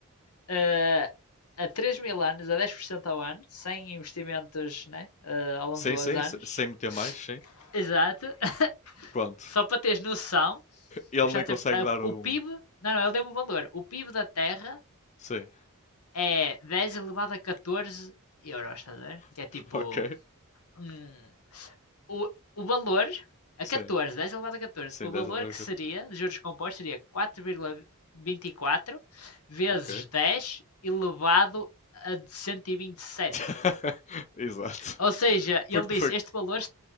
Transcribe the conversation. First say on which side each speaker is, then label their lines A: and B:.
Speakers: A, on the left (about 90°); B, on the left (about 30°).
A: eh, a 3 mil anos, a 10% ao ano, sem investimentos né, eh, ao longo
B: Sim,
A: dos
B: sim,
A: anos.
B: se- sem meter mais, sim.
A: Exato. <laughs>
B: Quanto?
A: Só para teres noção,
B: ele
A: eu já
B: nem
A: te-
B: consegue
A: a-
B: dar
A: o
B: um.
A: PIB. Não, não, ele deu-me o valor. O PIB da Terra
B: Sim,
A: é 10 elevado a 14 euros, estás a ver? Que
B: <laughs>
A: é tipo.
B: ok.
A: hum, o, o valor. A
B: Sim,
A: 14, 10 elevado a 14,
B: sim,
A: O valor
B: 10 alarga
A: que seria, de juros compostos, seria quatro vírgula vinte e quatro vezes
B: Ok.
A: 10 elevado a cento e e vinte e sete.
B: <laughs> Exato.
A: Ou seja, ele
B: Foi que
A: disse,
B: foi.
A: este valor